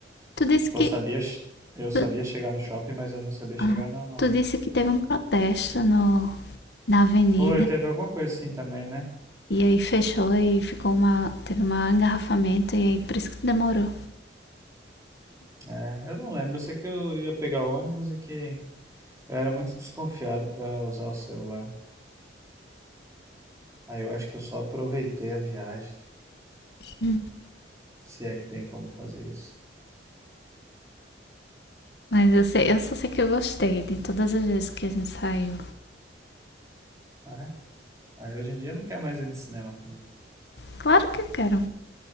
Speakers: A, on the left (about 65°); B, on the right (about 15°).
A: Tu disse
B: Tipo,
A: que.
B: eu sabia, che- eu sabia
A: Tu,
B: chegar no shopping, mas eu não sabia chegar
A: ah,
B: na...
A: tu disse que teve um protesto no, na avenida.
B: Foi, teve alguma coisa assim também, né?
A: E aí fechou e ficou uma. Teve um engarrafamento e aí por isso que tu demorou.
B: É, eu não lembro, eu sei que eu ia pegar o ônibus e que... Eu era muito desconfiado para usar o celular. Aí eu acho que eu só aproveitei a viagem,
A: Hum.
B: se é que tem como fazer isso.
A: Mas eu sei, eu só sei que eu gostei de todas as vezes que a gente saiu.
B: Ah, aí hoje em dia não quer mais ir no cinema comigo.
A: Claro que eu quero.